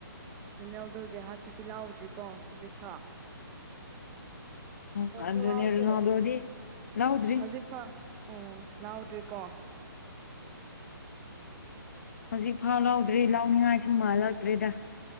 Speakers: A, on the right (about 15°); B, on the left (about 45°).
A: ꯐꯅꯦꯜꯗꯒꯦꯍꯥꯛꯠꯇꯨꯗꯤ ꯂꯥꯛꯎꯗ꯭ꯔꯤꯀꯣ ꯍꯧꯖꯤꯛꯐꯥꯎ
B: ꯎꯝ ꯑꯗꯨꯅꯦ
A: ꯆꯤꯍꯥꯎꯁꯦ
B: ꯔꯣꯅꯥꯜꯗꯣꯗꯤ ꯂꯧꯗ꯭ꯔꯤ
A: ꯍꯧꯖꯤꯛ ꯐꯥꯎ ꯑꯣ ꯂꯥꯛꯗ꯭ꯔꯤꯀꯣ
B: ꯍꯧꯖꯤꯛꯐꯥꯎ ꯂꯧꯗ꯭ꯔꯤ ꯂꯥꯎꯅꯤꯡꯉꯥꯏꯁꯨ ꯃꯥꯜꯂꯛꯇ꯭ꯦꯗ